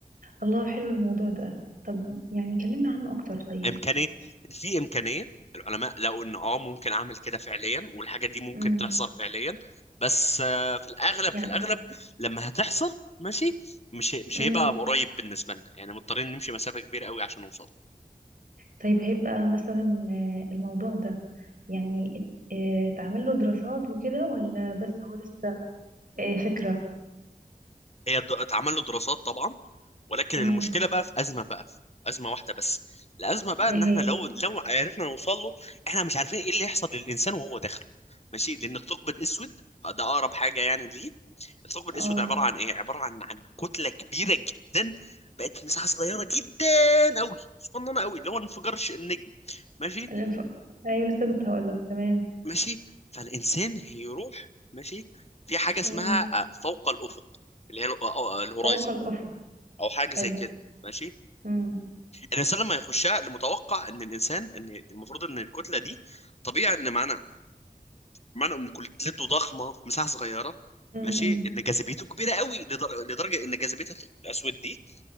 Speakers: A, on the right; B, on the left.
A: الله حلو الموضوع ده طب يعني كلمنا عنه أكتر طيب
B: امكانيه في امكانيه العلماء لقوا ان اه ممكن اعمل كده فعليا والحاجه دي ممكن
A: امم
B: تحصل فعليا بس آه، في الاغلب
A: يعني
B: في الاغلب لما هتحصل ماشي مش هي- مش
A: امم
B: هيبقى قريب بالنسبه لنا يعني مضطرين نمشي مسافه كبيره قوي عشان نوصل
A: طيب هيبقى مثلا آه، الموضوع ده يعني ات- آه، تعمل له دراسات وكده ولا بس هو لسه آه، فكرة
B: هي د- اتعمل له دراسات طبعا ولكن
A: امم
B: المشكله بقى في ازمه بقى في ازمه واحده بس الازمه بقى
A: ايه
B: ان
A: هي
B: احنا لو لو عرفنا نوصل له احنا مش عارفين ايه اللي يحصل للانسان وهو داخل ماشي لان الثقب الاسود ده اقرب حاجه يعني ليه الثقب الاسود
A: اه
B: عباره عن ايه عباره عن عن كتله كبيره جدا بقت مساحه صغيره جدا قوي صغننه قوي اللي هو انفجار ش- النجم ماشي
A: الانف... ايوه لسه كنت هقولك تمام
B: ماشي فالانسان هيروح ماشي في حاجه اسمها
A: امم
B: آه، فوق الافق اللي هي ال- آه، آه، الهورايزن
A: فوق الأفق
B: او حاجه
A: حلو
B: زي كده ماشي
A: امم
B: الانسان لما يخشها المتوقع ان الانسان ان المفروض ان الكتله دي طبيعي ان معنى معنى ان كتلته ضخمه في مساحه صغيره
A: امم
B: ماشي ان جاذبيته كبيره قوي لدر... لدرجه ان جاذبيه الثقب الاسود دي